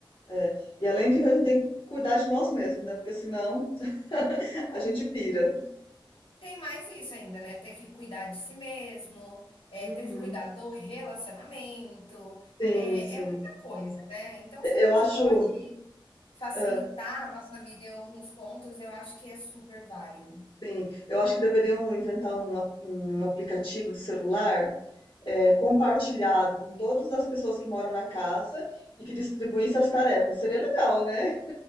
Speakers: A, on the left (about 65°); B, on the left (about 80°).
A: É. E além de que a gente tem que cuidar de nós mesmos, né, porque senão <laughs> a gente pira.
B: Tem mais isso ainda, né? Ter que cuidar de si mesmo, é,
A: Uhum.
B: ter que cuidar do relacionamento,
A: Sim,
B: é,
A: sim.
B: é muita coisa, né? Então, se
A: E
B: a gente
A: eu acho
B: pode facilitar
A: hã,
B: a nossa vida em alguns pontos, eu acho que é super válido.
A: sim, eu acho que deveriam inventar um a um aplicativo de celular, eh, compartilhado com todas as pessoas que moram na casa e que distribuísse as tarefas. Seria legal, né.